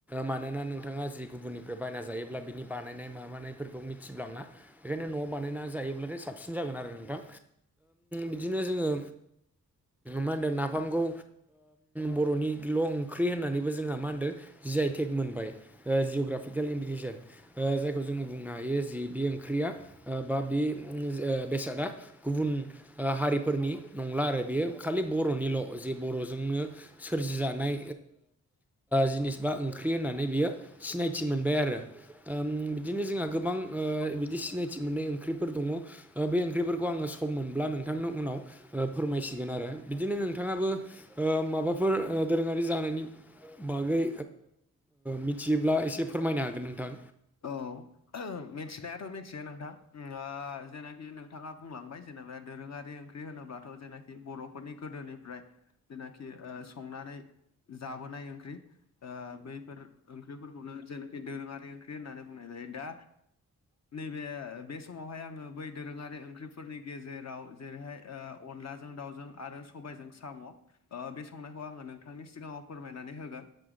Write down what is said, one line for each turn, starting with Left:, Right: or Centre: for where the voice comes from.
Centre: मानोना नोंथाङा जि गुबुननिफ्राय बायना जायोब्ला बिनि बानायनाय माबानाय फोरखौ मिथिब्लांङा बेखायनो न'आव बानायना जायोब्लाथाय साबसिन जागोन आरो नोंथां। बिदिनो जोङो मा होनदों नाफामखौ बर'निल' ओंख्रि होननानैबो जोंहा मा होनदों जि आइ टेग मोनबाय। जिअ'ग्राफिकेल इन्डिकेसन जायखौ जोङो बुंनो हायो जि बे ओंख्रिया बा बे बेसादा गुबुन हारिफोरनि नंला आरो बेयो खालि बर'निल' जे बर'जोंनो सोरजिजानाय जिनिस बा ओंख्रि होननानै बियो सिनायथि मोनबाय आरो ओम बि दिनो जोंहा गोबां बिदि सिनायथि मोननाय ओंख्रिफोर दङ बे ओंख्रिफोरखौ आङो सम मोनब्ला नोंथांनि उनाव फोरमायसिगोन आरो बिदिनो नोंथाङाबो माबाफोर दोरोङारि जानायनि बागै मिथियोब्ला एसे फोरमायनो हागोन नोंथां।
Left: औ मिथिनायाथ' मिथियो नोंथां ओम जेनाखि नोंथाङा बुंलांबाय जेनेबा दोरोङारि ओंख्रि होनोब्लाथ' जेनाखि बर'फोरनि गोदोनिफ्राय जेनाखि संनानै जाबोनाय ओंख्रि ओ बैफोर ओंख्रिफोरखौनो जेनाखि दोरोङारि ओंख्रि होननानै बुंनाय जायो दा नैबे बे समावहाय आङो बै दोरोङारि ओंख्रिफोरनि गेजेराव जेरैहाय अनलाजों दाउजों आरो सबायजों साम' अ बे संनायखौ आङो नोंथांनि सिगाङाव फोरमायनानै होगोन